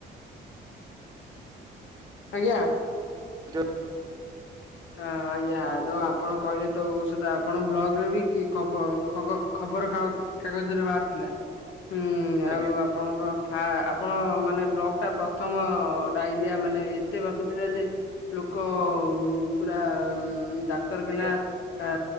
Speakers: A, on the left (about 85°); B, on the right (about 20°).
A: ଆଜ୍ଞା!
B: ଯ
A: ହଁ, ଆଜ୍ଞା ତ ଆପଣ କହିଲେ ତ ଔଷଧ ଆପଣ ବ୍ଲଗ ରେ ବି କି ଖବ ଖବର କା କାଗଜରେ ବାହାରି ଥିଲା ହୁଁ
B: ଆଜ୍ଞା
A: ଆଉ ଆପଣଙ୍କ ଫା ଆପଣ ମାନେ ବ୍ଲକ୍ ଟା ପ୍ରଥମ ଡାଇରିଆ ମାନେ ଏତେ ବ୍ୟାପିଥିଲା ଯେ ଲୋକ ପୁରା ଡାକ୍ତର ଖାନା
B: ଆଜ୍ଞା
A: ଆ